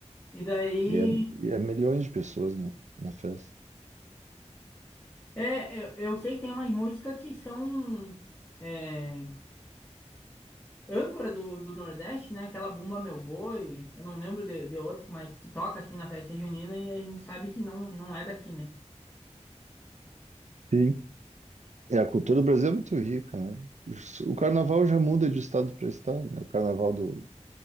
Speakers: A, on the left; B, on the right.
A: E daí,
B: E é, e é milhões de pessoas na, na festa.
A: é, eu, eu sei que tem umas músicas que são é, âncora do, do Nordeste, né? Aquela Bumba Meu Boi, eu não lembro de, de outras, mas que toca assim na festa junina e a gente sabe que não, não é daqui, né?
B: Sim. E a cultura do Brasil é muito rica, né? O carnaval já muda de estado para estado, né? O carnaval do,